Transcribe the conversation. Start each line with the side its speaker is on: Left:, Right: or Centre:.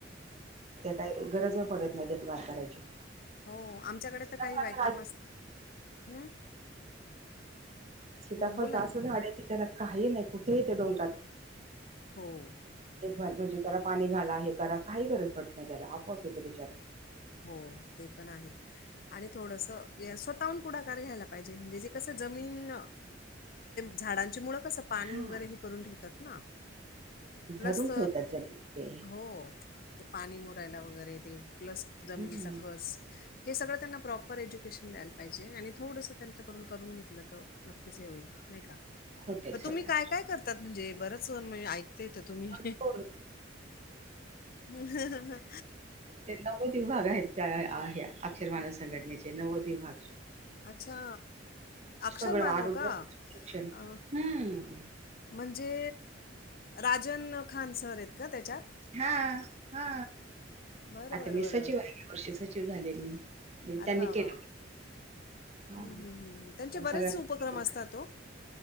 Right: काही गरज पडत नाही देखभाल करायची.
Left: हो आमच्याकडे
Right: सीताफळाच
Left: तर काही बायकामच हम्.
Right: सीताफळ
Left: बोला
Right: जा अस
Left: ना
Right: झाड आहे त त्याला काही नाही कुठे येते डोंगरात
Left: हो.
Right: एक म्हणजे त्याला पाणी घाला हे करा काही गरज पडत नाही त्याला आपोआप येते बिचारा
Left: हो ते पण आहे आणि थोडसं स्वतःहून पुढाकार घ्यायला. े म्हणे कस जमीन झाडां मु कस. पाणी
Right: हा
Left: वगैरे हे करून ठेवतात ना. प्लस
Right: धरून ठेवतात जमिनीत ते
Left: हो ते पाणी मुरायला वगैरे येते प्लस जमिनीचा
Right: हम्म
Left: कस. हे सगळं त्यांना प्रॉपर एज्युकेशन द्यायला पाहिजे आणि थोडंसं त्यांच्याकडून करून घेतलं तर नक्कीच हे होईल. नाही का
Right: होतय
Left: तुम्ही
Right: सगळं.
Left: काय काय करतात? म्हणजे बरंच ऐकता येत तुम्ही
Right: भरपूर
Left: हम.
Right: नव्वद विभाग आहेत. त्या अक्षरवान संघटनेचे नव्वद विभाग.
Left: अच्छा अक्षर
Right: सगळं
Left: मानव
Right: आरोग्यापासून
Left: का
Right: शिक्षण
Left: अ
Right: हम्म
Left: म्हणजे राजन खान सर आहेत का त्याच्यात
Right: हा हा
Left: बरं,
Right: आता
Left: बरं,
Right: मी
Left: बरं,
Right: सचिव
Left: बरं.
Right: आहे. या वर्षी सचिव झाले मी.
Left: अरे
Right: त्यांनी
Left: वाह!
Right: केल.
Left: वाह! वाह!
Right: हा
Left: हं, हं, हं, हं. त्यांचे
Right: पण सगळ्यां
Left: बरेच उपक्रम असतात ओ.